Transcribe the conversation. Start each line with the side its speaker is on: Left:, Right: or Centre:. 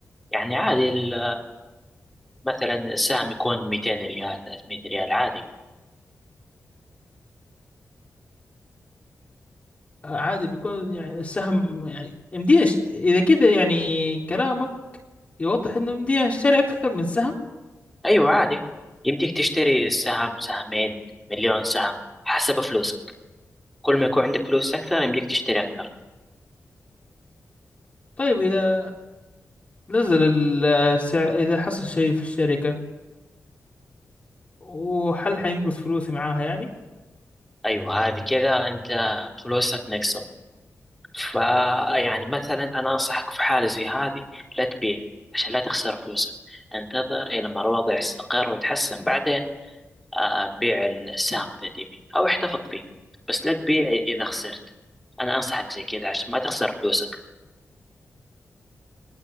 Centre: يعني عادي ال- مثلا السهم يكون ميتين ريال 300 ريال عادي
Left: عادي بيكون يعني السهم يعني يمديني أشت... إذا كذا يعني كلامك يوضح إنه يمديني أشتري أكثر من سهم
Centre: أيوة عادي يمديك تشتري سهم سهمين مليون سهم حسب فلوسك كل ما يكون عندك فلوس أكثر يمديك تشتري أكثر
Left: طيب إذا نزل ال- السعر إذا حصل شيء في الشركة وهل حينقص فلوسي معاها يعني
Centre: أيوة هذه كذا أنت فلوسك نقصت فيعني مثلا أنا أنصحك في حالة زي هذه لا تبيع عشان لا تخسر فلوسك انتظر إلى ما الوضع يستقر ويتحسن بعدين آه، بيع السهم إذا تبي أو احتفظ فيه بس لا تبيع إذا خسرت أنا أنصحك زي كذا عشان ما تخسر فلوسك